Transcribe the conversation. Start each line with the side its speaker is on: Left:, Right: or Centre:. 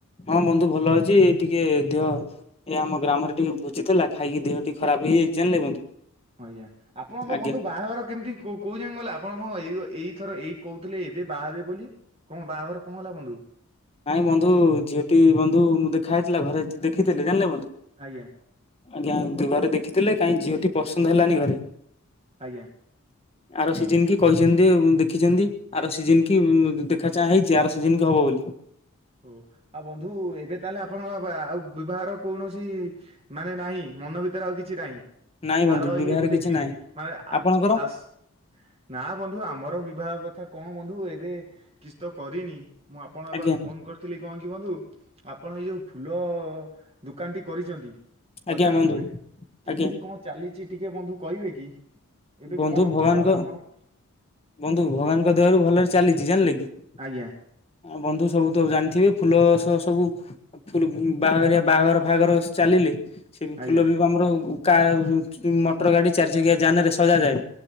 Left: ହଁ ବନ୍ଧୁ ଭଲ ଅଛି ଟିକେ ଦେହ ଏ ଆମ ଗ୍ରାମରେ ଟିକେ ଭୋଜି ଥିଲା ଖାଇକି ଦେହ ଟିକେ ଖରାପ ରାପ ହେଇଯାଇଛି ଜାଣିଲେ ବନ୍ଧୁ।
Right: ଆଜ୍ଞା ଆପଣଙ୍କ
Left: ଆଜ୍ଞା
Right: ବନ୍ଧୁ ବାହାଘର କେମିତି କୋ କୋଉ ଯାଏ ଗଲା ଆପଣଙ୍କ ଏଇ ଏଇଥର ଏଇ କହୁଥିଲେ ଏ ଏବେ ବାହାହେବେ ବୋଲି କଣ ବାହାଘର କଣ ହେଲା ବନ୍ଧୁ?
Left: ନାଇଁ ବନ୍ଧୁ ଝିଅଟି ବନ୍ଧୁ ଦେଖା ହେଇଥିଲା ଘରେ ଦେଖିଥିଲେ ଜାଣିଲେ ବନ୍ଧୁ
Right: ଆଜ୍ଞା।
Left: ଆଜ୍ଞା ଘରେ ଦେଖିଥିଲେ କାହିଁ ଝିଅଟି ପସନ୍ଦ ହେଲାନି ଘରେ।
Right: ଆଜ୍ଞା।
Left: ଆର ସିଜିନ କି କହିଛନ୍ତି ଉ ଦେଖିଛନ୍ତି ଆର ସିଜିନ କି ଉ-ଉ-ଉ ଦେଖା ଚାହା ହେଇଛି ଆର ସିଜିନ କି ହବ। <unintelligible>
Right: ଓ ଆଉ ବନ୍ଧୁ ଏବେ ତାହେଲେ ଆପଣଙ୍କ ବା ଆଉ ବିବାହର କୌଣସି ମାନେ ଏବେ ନାହିଁ ମନ ଭିତରେ ଆଉ କିଛି ନାହିଁ।
Left: ନାଇଁ ବନ୍ଧୁ
Right: ଆର
Left: ବିବାହରେ
Right: ଇଏ କୁ
Left: କିଛି
Right: ଦେଖିବେ
Left: ନାହିଁ
Right: ମାନେ
Left: ଆପଣଙ୍କର?
Right: ଆସ ନା ବନ୍ଧୁ ଆମର ବିବାହ କଥା କଣ ବନ୍ଧୁ ଏବେ କିଛି ତ କରିନି ମୁଁ ଆପଣଙ୍କ
Left: ଆଜ୍ଞା
Right: ପାଖକୁ ଭାବୁଥିଲି କଣ କି ବନ୍ଧୁ ଆପଣ ଏ ଯୋଉ ଫୁଲ ଦୋକାନଟି କରିଛନ୍ତି
Left: ଆଜ୍ଞା
Right: ବଜାର
Left: ବନ୍ଧୁ
Right: ଉପରେ କେମିତି
Left: ଆଜ୍ଞା
Right: କଣ ଚାଲିଛି ଟିକେ ବନ୍ଧୁ କହିବେ କି? ଏବେ
Left: ବନ୍ଧୁ
Right: କଣ
Left: ଭଗବାନଙ୍କ
Right: କଣ ଆପଣଙ୍କ
Left: ବନ୍ଧୁ ଭଗବାନଙ୍କ ଦୟାରୁ ଭଲରେ ଚାଲିଛି ଜାଣିଲେ କି। ହଁ
Right: ଆଜ୍ଞା
Left: ବନ୍ଧୁ ସବୁ ତ ଜାଣିଥିବେ ଫୁ ଫୁଲ ସ ସବୁ ଫୁଲ ବାଘରିଆ ବାହାଘର ଫାହାଘର ଚାଲିଲେ ସେ ବି
Right: ଆଜ୍ଞା
Left: ଫୁଲ ବି ଆମର କା ମଟର ଗାଡି ଚାରି ଚକିଆ ଯାନ ରେ ସଜା ଯାଏ।